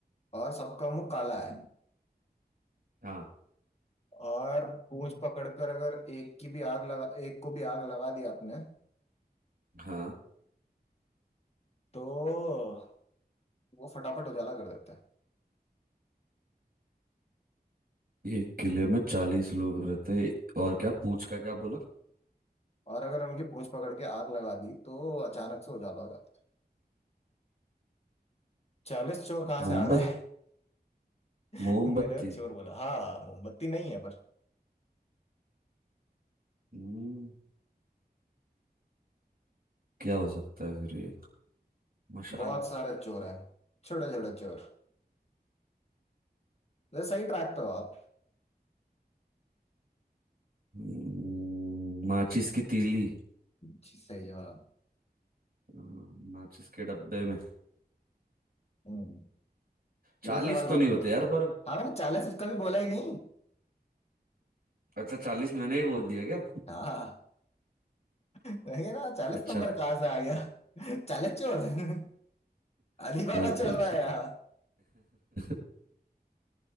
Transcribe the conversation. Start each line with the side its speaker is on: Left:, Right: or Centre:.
Left: और सबका मुंह काला है
Right: हाँ
Left: और पूंछ पकड़कर अगर एक की भी आग लगा एक को भी आग लगा दी आपने
Right: हाँ
Left: तो वो फटाफट उजाला कर देते हैं
Right: एक किले में चालीस लोग रहते हैं और क्या पूछ का क्या बोला
Left: और अगर उनकी पूंछ पकड़ के आग लगा दी तो अचानक से उजाला हो जाता है चालीस चोर कहाँ
Right: मोहम्मद
Left: से आ गए <laughs>
Right: मोमबत्ती
Left: मैंने चोर बोला हाँ मोमबत्ती नहीं है पर
Right: हम्म क्या हो सकता है फिर ये मशाल
Left: बहुत सारे चोर हैं छोटे छोटे चोर वैसे सही ट्रैक पे हो आप
Right: हम्म, माचिस की तीली
Left: जी सही जवाब
Right: हाँ, माचिस के डब्बे में
Left: हम्म
Right: चालीस
Left: ये सवाल
Right: तो
Left: मत
Right: नहीं होते
Left: पूछ
Right: यार पर
Left: हाँ मैंने चालीस उसका भी बोला ही नहीं
Right: अच्छा चालीस मैंने ही बोल दिया क्या
Left: हाँ मैं कह रहा चालीस
Right: अच्छा
Left: नंबर कहाँ से आ गया <laughs> चालीस चोर <laughs> अली बाबा
Right: अच्छा
Left: चल
Right: अच्छा
Left: रहा है यहाँ
Right: <laughs>